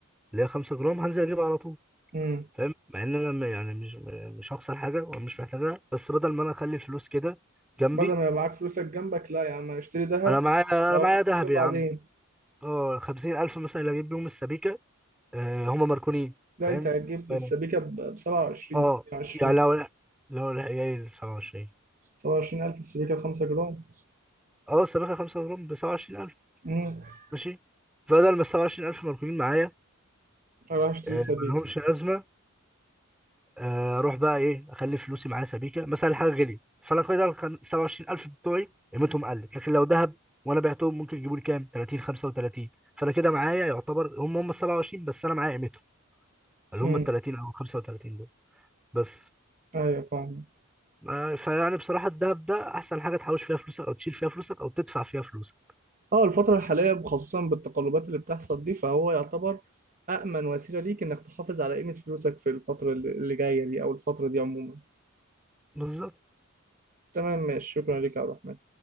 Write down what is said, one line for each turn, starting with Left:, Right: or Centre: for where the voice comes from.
Centre: اللي هي 5 جرام هنزل أجيبها على طول
Right: امم
Centre: فاهم مع إن أنا م- يعني مش مش هخسر حاجة ومش محتاجها بس بدل ما أنا أخلي الفلوس كده جنبي
Right: بدل ما يبقى معاك فلوسك جنبك لا يا عم اشتري ذهب
Centre: أنا معايا
Right: لو
Centre: أنا معايا
Right: تحتاجه
Centre: دهب يا
Right: بعدين
Centre: عم اه خمسين ألف مثلا اللي أجيب بيهم السبيكة آه هم ماركونين
Right: لا
Centre: فاهم؟
Right: انت هتجيب
Centre: فاهم.
Right: السبيكه ب 27
Centre: اه
Right: 20
Centre: يعني لو لو العيال سبعة وعشرين
Right: 27000 السبيكه ب 5 جرام
Centre: اه السبيكة خمسة جرام بسبعة وعشرين ألف
Right: امم
Centre: ماشي بدل ما السبعة وعشرين ألف ماركونين معايا
Right: اروح اشتري
Centre: آه
Right: سبيكه
Centre: ملهمش لازمة آه أروح بقى إيه أخلي فلوسي معايا سبيكة مثلا الحاجة غليت فأنا كده السبعة وعشرين ألف بتوعي قيمتهم قلت لكن لو ذهب وأنا بعتهم ممكن يجيبوا لي كام؟ 30 35 فأنا كده معايا يعتبر هم هم السبعة وعشرين بس أنا معايا قيمتهم اللي
Right: امم
Centre: هم التلاتين أو الخمسة وتلاتين دول بس
Right: ايوه فاهم
Centre: ما- فيعني بصراحة الدهب ده أحسن حاجة تحوش فيها فلوسك أو تشيل فيها فلوسك أو تدفع فيها فلوسك
Right: اه الفترة الحالية خصوصا بالتقلبات اللي بتحصل دي فهو يعتبر أأمن وسيلة ليك إنك تحافظ على قيمة فلوسك في الفترة اللي اللي جاية دي أو الفترة دي عموما
Centre: بالظبط
Right: تمام ماشي شكرا ليك يا عبد الرحمن